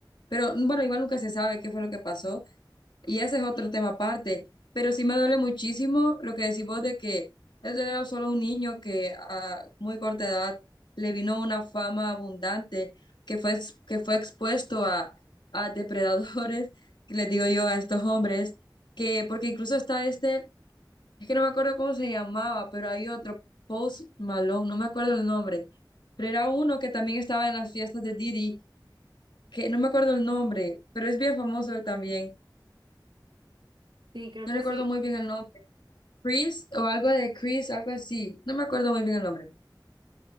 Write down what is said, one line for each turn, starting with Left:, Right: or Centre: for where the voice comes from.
Left: Pero mm, bueno, igual nunca se sabe qué fue lo que pasó y ese es otro tema aparte, pero sí me duele muchísimo lo que decís vos de que él era solo un niño que a muy corta edad le vino una fama abundante, que fue, ex- que fue expuesto a, a depredadores, <laughs> que les digo yo, a estos hombres que porque incluso está este es que no me acuerdo cómo se llamaba, pero hay otro, Post Malone, no me acuerdo el nombre. Pero era uno que también estaba en las fiestas de Diddy, que no me acuerdo el nombre, pero es bien famoso él también.
Right: Sí, creo
Left: No
Right: que
Left: recuerdo
Right: sí.
Left: muy bien el nombre. Chris o algo de Chris, algo así. No me acuerdo muy bien el nombre.